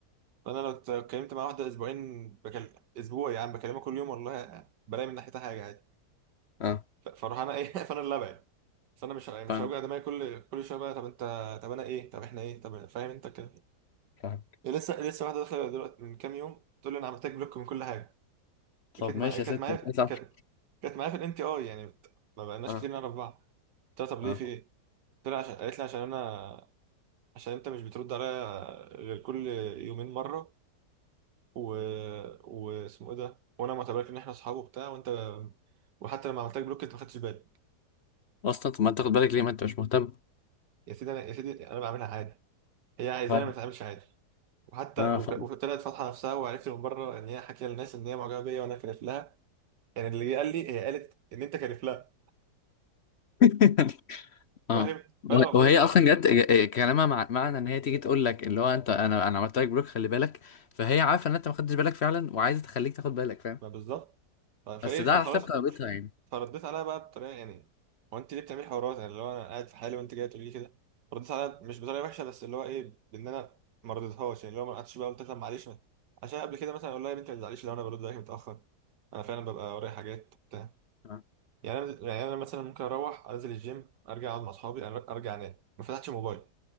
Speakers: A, on the right; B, on the left.
A: فانا لو اتكلمت مع واحده اسبوعين بكلم اسبوع يعني بكلمها كل يوم والله بلاقي من ناحيتها حاجه عادي
B: اه
A: ف- فاروح انا ايه <laughs> فانا اللي ابعد فانا مش مش
B: فاهم
A: هوجع دماغي كل كل شويه بقى طب انت طب انا ايه طب احنا ايه طب فاهم انت كده
B: فاهم
A: لسه لسه واحده داخله دلوقتي من كام يوم تقول لي انا عملت لك بلوك من كل حاجه
B: طب
A: كانت
B: ماشي
A: معايا كانت
B: يا ست طب
A: معايا كانت
B: ماشي.
A: كانت معايا في الان تي اي يعني بت- ما بقناش
B: اه
A: كتير نعرف بعض قلت لها طب ليه
B: اه
A: في ايه؟ قلت لها عشان قالت لي عشان انا عشان انت مش بترد عليا غير كل يومين مره و واسمه ايه ده وانا معتبرك ان احنا اصحاب وبتاع وانت وحتى لما عملت لك بلوك انت ما خدتش بالي
B: اصلا طب ما انت تاخد بالك ليه ما انت مش مهتم
A: يا سيدي انا يا سيدي انا بعملها عادي هي عايزاني
B: فاهم
A: ما اتعاملش عادي وحتى
B: اه
A: وك-
B: فاهم
A: وطلعت فاتحه نفسها وعرفت من بره ان هي حكي للناس ان هي معجبه بيا وانا كارف لها يعني اللي قال لي هي قالت ان انت كارف لها
B: <laughs> اه
A: فاهم
B: وه-
A: فانا
B: وهي
A: فضلت
B: اصلا جت ج- كلامها مع... معنى ان هي تيجي تقول لك اللي هو انت انا انا عملت لك بلوك خلي بالك فهي عارفه ان انت ما خدتش بالك فعلا وعايزه تخليك تاخد بالك فاهم
A: ما بالظبط ف- فايه
B: بس ده
A: فخلاص
B: على حساب كرامتها يعني.
A: فرديت عليها بقى بطريقه يعني هو انت ليه بتعملي حوارات يعني اللي هو انا قاعد في حالي وانت جايه تقولي لي كده فرديت عليها مش بطريقه وحشه بس اللي هو ايه بان انا ما رضيتهاش يعني اللي هو ما قعدتش بقى قلت لها معلش ما- عشان قبل كده مثلا اقول لها يا بنتي ما تزعليش لو انا برد عليك متاخر انا فعلا ببقى ورايا حاجات بتاع
B: آه،
A: يعني انا يعني انا مثلا ممكن اروح انزل الجيم ارجع اقعد مع اصحابي أر- ارجع انام ما فتحتش موبايل